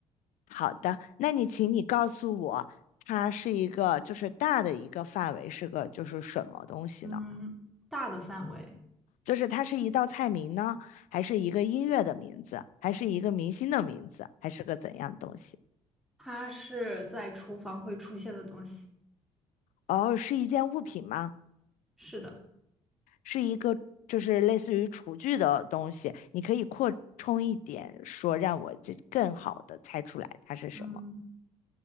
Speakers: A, on the left; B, in the centre.
A: 好的，那你请你告诉我，它是一个就是大的一个范围是个就是什么东西呢？
B: 嗯，大的范围，
A: 就是它是一道菜名呢，还是一个音乐的名字，还是一个明星的名字，还是个怎样的东西？
B: 它是在厨房会出现的东西。
A: 哦，是一件物品吗？
B: 是的，
A: 是一个就是类似于厨具的东西，你可以扩充一点说，让我这更好的猜出来它是什么。
B: 嗯，